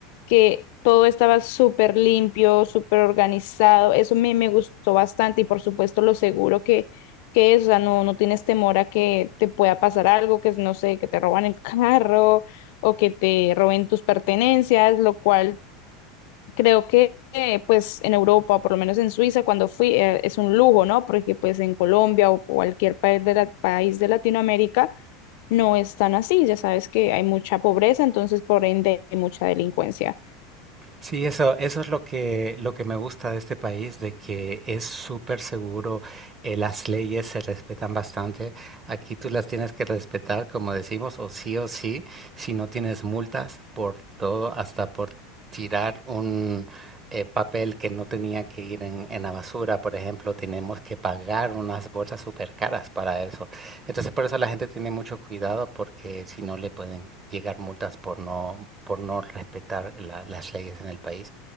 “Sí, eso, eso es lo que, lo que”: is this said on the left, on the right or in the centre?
Right